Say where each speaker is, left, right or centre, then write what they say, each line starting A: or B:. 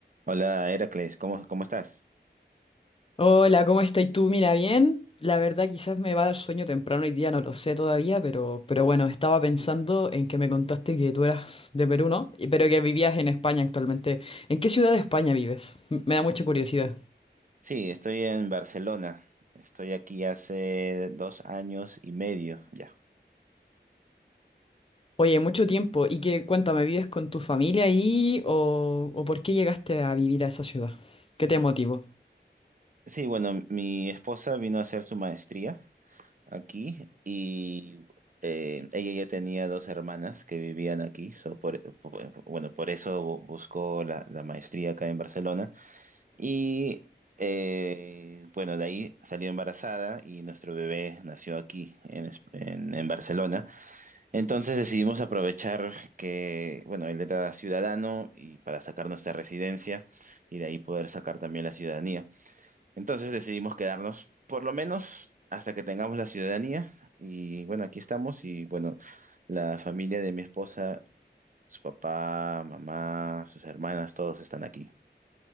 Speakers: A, on the right; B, on the left.
A: Hola, Heracles, ¿cómo, cómo estás?
B: Hola, ¿cómo estás tú? Mira, bien. La verdad, quizás me va a dar sueño temprano hoy día, no lo sé todavía, pero, pero bueno, estaba pensando en que me contaste que tú eras de Perú, ¿no? Y- Pero que vivías en España actualmente. ¿En qué ciudad de España vives? M- Me da mucha curiosidad.
A: Sí, estoy en Barcelona. Estoy aquí hace dos años y medio ya.
B: Oye, mucho tiempo. Y que, cuéntame, ¿vives con tu familia ahí o, o por qué llegaste a vivir a esa ciudad? ¿Qué te motivó?
A: Sí, bueno, mi esposa vino a hacer su maestría aquí y eh, ella ya tenía dos hermanas que vivían aquí. so por- por- bueno, por eso bu- buscó la, la maestría acá en Barcelona. Y eh, bueno, de ahí salió embarazada y nuestro bebé nació aquí en, Es- en en Barcelona. Entonces decidimos aprovechar que, bueno, él era ciudadano y para sacar nuestra residencia y de ahí poder sacar también la ciudadanía. Entonces decidimos quedarnos por lo menos hasta que tengamos la ciudadanía y bueno, aquí estamos y bueno, la familia de mi esposa, su papá, mamá, sus hermanas, todos están aquí.